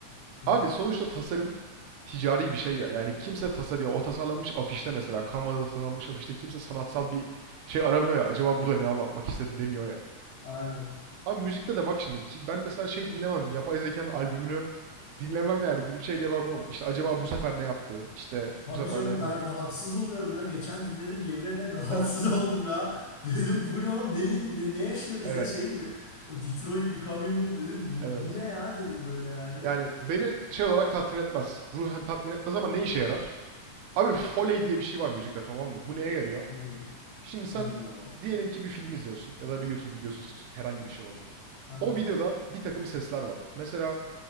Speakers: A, on the left; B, on the right.
A: Hı.
B: Abi sonuçta tasarım ticari bir şey ya. Yani kimse tasarıyor. O tasarlanmış afişte mesela. Canva'da tasarlanmış afişte kimse sanatsal bir şey aramıyor ya. Acaba burada ne anlatmak istedi demiyor ya.
A: Aynen.
B: Ama müzikte de bak şimdi. ki- Ben mesela şey dinlemem. Yapay zekanın albümünü dinlemem yani. Gidip şey diye bakmam. İşte acaba bu sefer ne yaptı? İşte
A: Tabii
B: bu sefer
A: canım
B: ne yapıyor?
A: ben rahatsız oluyorum ya. Geçen dinledim yemin ederim <laughs> rahatsız
B: Evet,
A: oldum ya. Dedim bu ne oğlum ne, din- ne, ne yaşıyoruz
B: evet,
A: ya şey gibi. O Detroit Become Human dedim
B: evet.
A: bu, bu ne ya dedim böyle yani.
B: Yani beni şey olarak tatmin etmez. Ruhen tatmin etmez ama ne işe yarar? Abi Foley diye bir şey var müzikte tamam mı? Bu neye yarıyor?
A: Hı.
B: Şimdi sen
A: Bilmiyorum ama.
B: diyelim ki bir film izliyorsun ya da bir YouTube videosu izliyorsun. Herhangi bir şey olabilir.
A: Aha.
B: O videoda bir takım sesler var. Mesela